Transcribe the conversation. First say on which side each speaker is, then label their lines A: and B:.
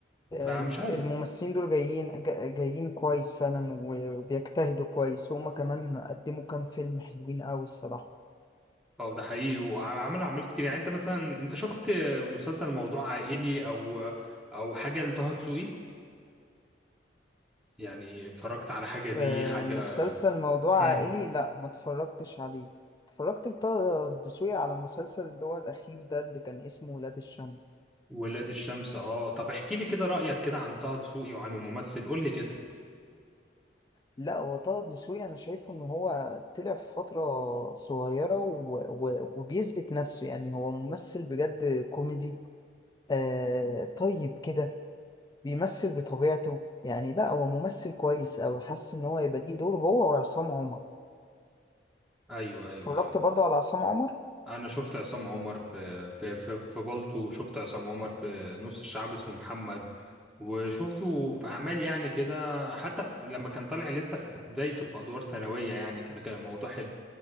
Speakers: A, on the left; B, in the centre.
A: ال-
B: فمش عارف
A: الممثلين دول جايين جا- جايين كويس فعلا وبيجتهدوا كويس وهما كمان قدموا كام فيلم حلوين قوي الصراحه
B: اه ده حقيقي وعملوا اعمال كتير يعني انت مثلا انت شفت مسلسل موضوع عائلي او او حاجه لطه دسوقي يعني اتفرجت على حاجه ليه
A: آه،
B: حاجه
A: مسلسل موضوع
B: امم
A: عائلي لا ما اتفرجتش عليه اتفرجت لطه الدسوقي على مسلسل اللي هو الأخير ده اللي كان اسمه ولاد الشمس
B: ولاد الشمس اه طب احكي لي كده رايك كده عن طه دسوقي وعن الممثل قول لي كده
A: لا هو طه الدسوقي أنا شايفه إن هو طلع في فترة صغيرة و... و... وبيثبت نفسه يعني هو ممثل بجد كوميدي آه طيب كده بيمثل بطبيعته يعني لا هو ممثل كويس أوي حاسس إن هو يبقى ليه دور هو وعصام عمر
B: ايوه
A: اتفرجت
B: ايوه ايوه
A: برضه على عصام عمر
B: انا شفت عصام عمر في في في في بالطو وشفت عصام عمر في نص الشعب اسمه محمد وشفته في اعمال يعني كده حتى في لما كان طالع لسه في بدايته في ادوار ثانويه يعني كده كان الموضوع حلو